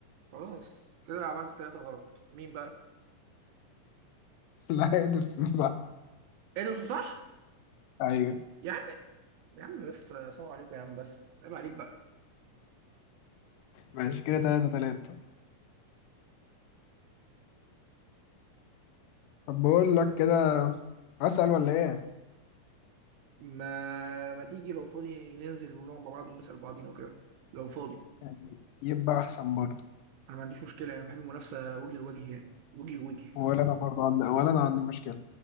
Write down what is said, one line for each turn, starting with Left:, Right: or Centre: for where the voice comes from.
Right: خلاص كده عملت ثلاثة غلط مين بقى
Left: <laughs> لا ادرسون صح
Right: ادرسون صح
Left: ايوه
Right: يا عم يا عم بس سلام عليكم يا عم بس عيب عليك بقى
Left: ماشي كده تلاتة تلاتة طب بقول لك كده اسأل ولا ايه
Right: ما ما تيجي لو فاضي ننزل ونقعد مع بعض ونسأل بعضينا وكده لو فاضي
Left: يعني يبقى احسن برضه
Right: انا ما عنديش مشكلة انا بحب المنافسة وجه لوجه يعني وجه لوجه
Left: ولا انا برضه عندي ولا انا عندي مشكلة